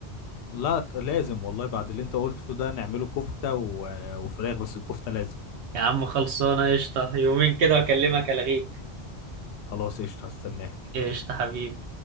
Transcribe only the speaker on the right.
يا عم خلصانه قشطه يومين كده واكلمك
الغيك
قشطه حبيبي